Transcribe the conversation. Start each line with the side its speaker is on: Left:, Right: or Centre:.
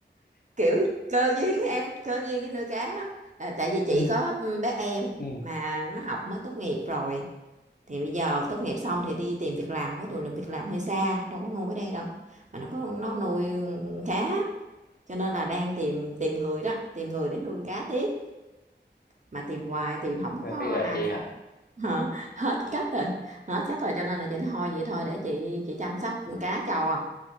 Right: kiểu cơ duyên á em cơ duyên đi nuôi cá đó là tại vì chị
Left: Ừ.
Right: có bé em
Left: ừ.
Right: mà nó học mới tốt nghiệp rồi thì bây giờ tốt nghiệp xong thì đi tìm việc làm mà có điều là việc làm hơi xa đâu có nuôi ở đây đâu mà nó có nó nuôi cá cho nên là đang tìm tìm người đó tìm người để nuôi cá tiếp mà tìm hoài tìm không
Left: Rồi
Right: có
Left: cái gợi
Right: ai
Left: chị
Right: phò
Left: hả?
Right: <laughs> hết cách rồi hết cách rồi cho nên là chị nói thôi vậy thôi để chị chị chăm sóc cá cho à.